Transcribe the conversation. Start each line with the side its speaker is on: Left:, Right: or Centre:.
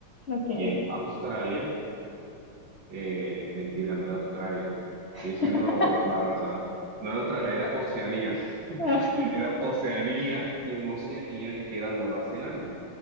Left: Ok.
Right: y en Australia, eh, mentira, no era Australia, estoy
Left: <laughs>
Right: diciendo ba- barras, No era Australia, era Oceanía, <laughs>
Left: Ah,
Right: era Oceanía y en Oceanía queda Nueva Zelanda.